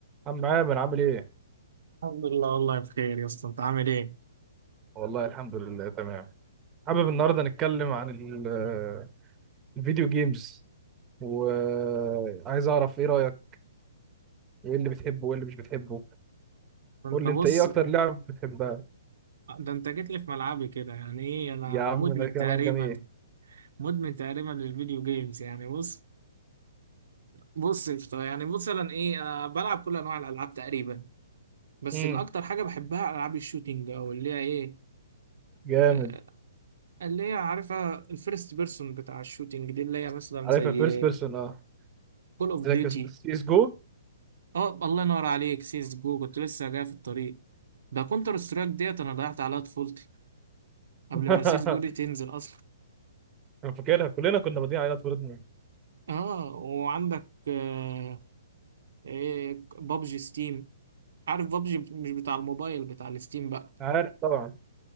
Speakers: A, on the right; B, on the right.
A: عم عامر عامل ايه؟
B: الحمد لله والله بخير يا اسطى انت عامل ايه؟
A: والله الحمد لله تمام حابب النهارده نتكلم عن ال- الفيديو جيمز وعايز اعرف ايه رأيك وايه اللي بتحبه وايه اللي مش بتحبه
B: انت
A: قول لي
B: بص
A: انت ايه اكتر لعب بتحبها
B: ده انت جيت لي في ملعبي كده يعني ايه انا
A: يا عم
B: مدمن
A: ده كلام
B: تقريبا
A: جميل
B: مدمن تقريبا للفيديو جيمز يعني بص بص يا اسطى، يعني مثلا ايه انا بلعب كل انواع الالعاب تقريبا بس
A: امم
B: الاكتر حاجه بحبها العاب الشوتينج او اللي هي ايه
A: جامد
B: آه، اللي هي عارفها الفيرست بيرسون بتاع الشوتينج دي اللي هي مثلا
A: عارفها
B: زي
A: فيرست بيرسون اه
B: كول اوف
A: زي
B: ديوتي
A: سي اس جو
B: اه الله ينور عليك سيس جو كنت لسه جاي في الطريق ده كونتر سترايك ديت انا ضيعت عليها طفولتي قبل
A: <laughs>
B: ما سيس جودي تنزل اصلا
A: انا فاكرها كلنا كنا بادئين عليها طفولتنا
B: اه وعندك آه ايه بابجي ستيم عارف بابجي مش بتاع الموبايل بتاع الستيم بقى
A: عارف طبعا